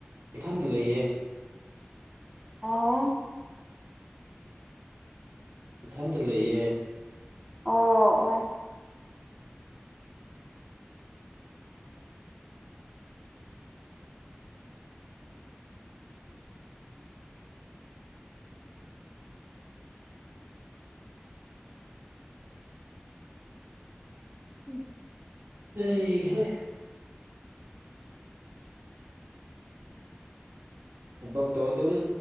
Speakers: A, on the right; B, in the centre.
A: ꯏꯊꯟꯇ ꯂꯩꯌꯦ
B: ꯑꯣ
A: ꯏꯊꯟꯇ ꯂꯩꯌꯦ
B: ꯑꯣ ꯑꯣ ꯎꯝ
A: ꯑꯩ ꯍꯣꯏ ꯊꯕꯛꯇꯣ ꯑꯗꯨꯝ